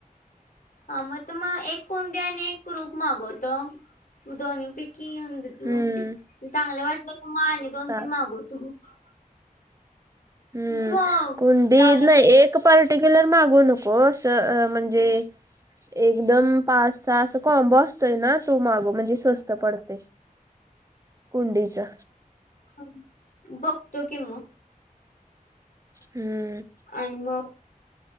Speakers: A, on the left; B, on the right.
A: हा मत म एक कुंडी आणि एक रोप मागवतो म दोन्ही पैकी अ न मग
B: हम्म
A: जर चांगले वाटलं त मग आणि दोन
B: चा
A: तीन मागवतो मग.
B: हम्म
A: तू
B: कुंडी
A: लावल्या
B: नाही एक पार्ट रेग्युलर मागू नकोस अ अ म्हणजे एकदम पाच सहा अस कॉम्बो असतोय ना तो मागव म्हणजे स्वस्त पडतयं.
A: <inaudible>
B: कुंडीचं.
A: हम बघतो कि म.
B: हम्म.
A: आणि मग